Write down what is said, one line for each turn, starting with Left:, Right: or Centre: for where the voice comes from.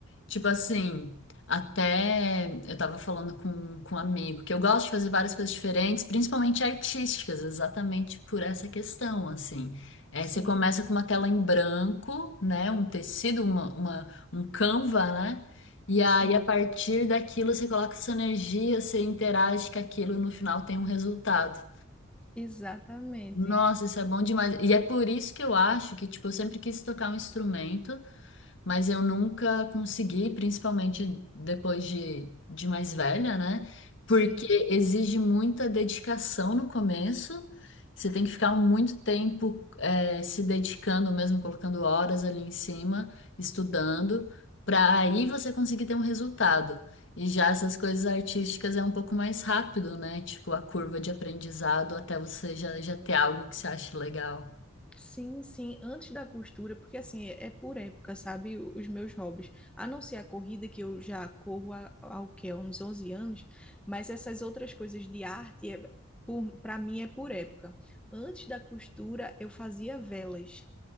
Left: tipo assim, até eu tava falando com, com um amigo que eu gosto de fazer várias coisas diferentes, principalmente artísticas, exatamente por essa questão, assim. É,
Centre: Sim,
Left: você começa com uma tela em branco, né? Um tecido, uma, uma- um canva, né? E
Centre: sim,
Left: aí, a partir daquilo, você coloca sua energia, você interage com aquilo e no final tem um resultado.
Centre: exatamente.
Left: Nossa, isso é bom demais. E é por isso que eu acho que, tipo, eu sempre quis tocar um instrumento mas eu nunca consegui, principalmente depois de, de mais velha, né? Porque
Centre: Sim.
Left: exige muita dedicação no começo. Você tem que ficar muito tempo eh, se dedicando, mesmo colocando horas ali em cima, estudando, para aí você conseguir ter um resultado. E já essas coisas artísticas é um pouco mais rápido, né? Tipo, a curva de aprendizado até você já, já ter algo que você acha legal.
Centre: Sim, sim, antes da costura, porque assim, é é por época, sabe, o- os meus hobbies. A não ser a corrida, que eu já corro há, há o quê? Há uns 11 anos, mas essas outras coisas de arte, é, por, para mim, é por época. Antes da costura, eu fazia velas.